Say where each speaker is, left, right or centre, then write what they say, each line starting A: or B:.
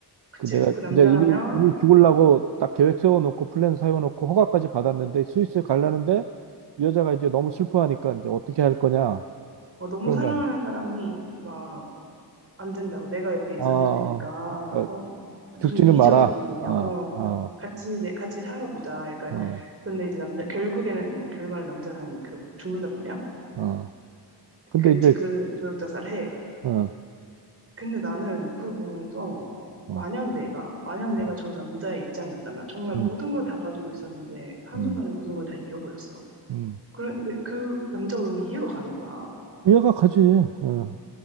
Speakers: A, on the right (about 35°); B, on the right (about 80°).
A: 그치?
B: 그 내가
A: 그 남자라면
B: 이제 이미 이미 죽으려고 딱 계획 세워놓고 플랜 세워놓고 허가까지 받았는데 스위스 가려는데 이 여자가 이제 너무 슬퍼하니까 이제 어떻게 할 거냐
A: 어, 너무
B: 그런
A: 사랑하는
B: 거 아니야.
A: 사람이 막 안 된다고 내가 옆에 있어줄
B: 어, 어,
A: 테니까
B: 어.
A: 어
B: 그러니까
A: 무슨
B: 죽지는
A: 이기적인
B: 마라.
A: 일이냐
B: 어,
A: 어
B: 어,
A: 같이 내 같이 살아보자 약간
B: 어,
A: 근데 이제 남자 결국에는 결말에 남자는 결국 죽는단 말이야
B: 어. 근데
A: 그게그
B: 이제
A: 조력자살을 해
B: 어, 어,
A: 근데 나는 그걸 보면서 만약
B: 어,
A: 내가 만약 내가
B: 어.
A: 저 남자의 입장이었다면 정말
B: 음,
A: 모든 걸 다 가지고 있었는데 한순간에
B: 음,
A: 모든 걸 다 잃어버렸어
B: 음.
A: 그런데 그 남자가 너무 이해가 가는 거야
B: 이해가 가지. 어.